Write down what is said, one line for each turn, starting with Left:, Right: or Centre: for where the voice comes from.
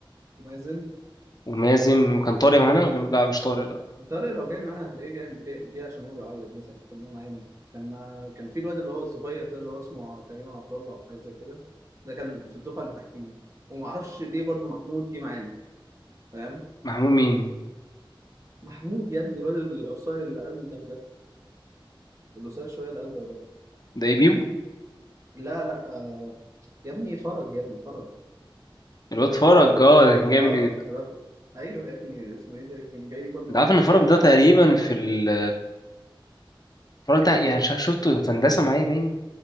Right: مازن
Left: ومازن وكان طارق معانا ولا لا مش طارق لا
Right: الدرجة لو جاي معانا هتلاقيه جاي, جاي, جاي عشان هو بيعيط مثلا كنا معانا كان ما... كان في الواد اللي هو الصغير ده اللي هو اسمه تقريبا عبد الله او حاجه زي كده ده كان في الدفعه اللي تحتينا وما اعرفش ليه برضه محمود جه معانا فاهم
Left: محمود مين
Right: محمود يا ابني الواد القصير اللي قال ده ده اللي قصير شويه اللي قال ده ده
Left: ده ايه بيبو
Right: لا لا آه... يا ابني فرج يا ابني فرج
Left: الواد فرج اه ده كان جامد
Right: اه
Left: جدا
Right: أنا بفرج. ايوه يا ابني اسمه ايه ده كان جاي برضه
Left: انت
Right: معانا
Left: عارف ان
Right: كان
Left: فرج
Right: جاي معانا
Left: ده تقريبا في ال فرج ده يعني
Right: ايه
Left: مش عارف شفته في هندسه معايا باين